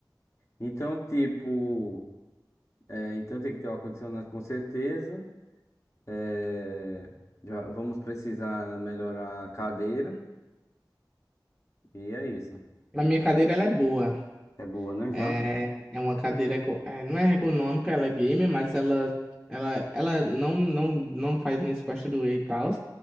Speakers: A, on the left (about 40°); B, in the centre.
A: Então, tipo, é, então tem que ter o ar-condicionado com certeza. É, já vamos precisar melhorar a cadeira. E é isso.
B: Na minha cadeira ela é boa.
A: É boa, né, já?
B: É, é uma cadeira, ergo- é, não é ergonômica, ela é gamer, mas ela, ela, ela não, não, não faz minhas costas doer e tal.